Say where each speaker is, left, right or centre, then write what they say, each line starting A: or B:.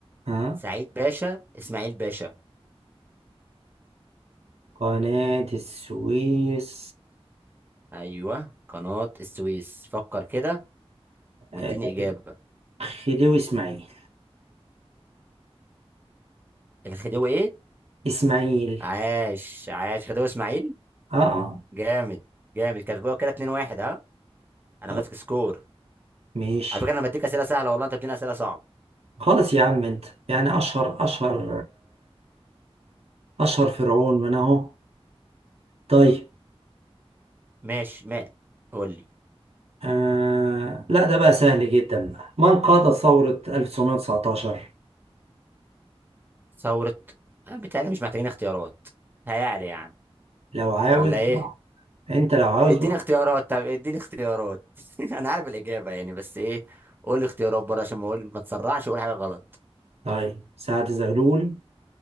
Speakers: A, on the right (about 80°); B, on the right (about 20°).
A: ها
B: سعيد باشا اسماعيل باشا
A: قناة السويس
B: ايوه قناة السويس فكر كده واديني
A: آه،
B: اجابة
A: خديوي اسماعيل
B: الخديوي ايه
A: اسماعيل
B: عاش عاش خديوي اسماعيل
A: اه آه،
B: جامد جامد كاتبوها كده 2 1 ها انا
A: خلاص
B: ماسك سكور
A: ماشي
B: على فكرة انا بديك اسئلة سهلة والله انت بتديني اسئلة صعبة
A: خلاص يا عم انت يعني اشهر اشهر أشهر فرعون من أهو طيب
B: ماشي ما قول لي
A: آه... لا ده بقى سهل جدا بقى من قاد ثورة 1919
B: ثورة آه، بالتالي مش محتاجين اختيارات هيعلى يعني
A: لو عاوز
B: ولا
A: بقى.
B: ايه
A: أنت لو عاوز
B: اديني
A: بقى
B: اختيارات طب اديني اختيارات <laughs> انا عارف الاجابه يعني بس ايه قول لي اختيارات بره عشان ما اقول ما تسرعش اقول حاجه غلط
A: طيب سعد زغلول